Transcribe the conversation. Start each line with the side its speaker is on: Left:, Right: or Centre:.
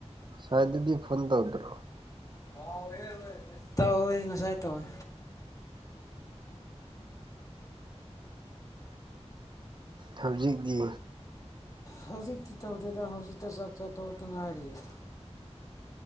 Right: ꯁꯋꯥꯏꯗꯤ ꯐꯨꯟ ꯇꯧꯗ꯭ꯔꯣ
Left: <unintelligible> ꯇꯧꯋꯦ ꯉꯁꯥꯏ ꯇꯧꯋꯦ
Right: ꯍꯧꯖꯤꯛꯇꯤ
Left: ꯍꯧꯖꯤꯛꯇꯤ ꯇꯧꯗꯦꯗꯥ ꯍꯧꯖꯤꯛꯇ ꯆꯥꯛ ꯆꯥꯊꯣꯛꯂꯛꯇꯥ ꯉꯥꯏꯔꯤꯑꯦ <inaudible>